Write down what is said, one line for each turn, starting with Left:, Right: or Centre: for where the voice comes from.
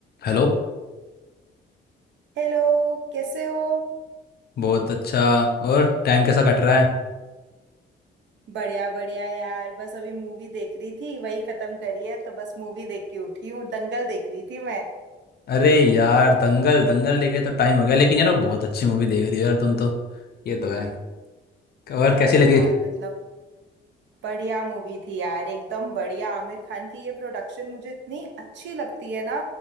Left: Hello
Right: Hello कैसे हो
Left: बहुत अच्छा और टाइम कैसा कट रहा है
Right: बढ़िया बढ़िया यार बस अभी मूवी देख रही थी वही खत्म करी है तो बस मूवी देख के उठी हूँ दंगल देख रही थी मैं
Left: अरे यार दंगल दंगल देखे तो टाइम हो गया लेकिन यार बहुत अच्छी मूवी देख रही हो यार तुम तो ये तो है और
Right: हाँ
Left: कैसी
Right: यार
Left: लगी
Right: मतलब बढ़िया मूवी थी यार एकदम बढ़िया आमिर खान की ये प्रोडक्शन मुझे इतनी अच्छी लगती है ना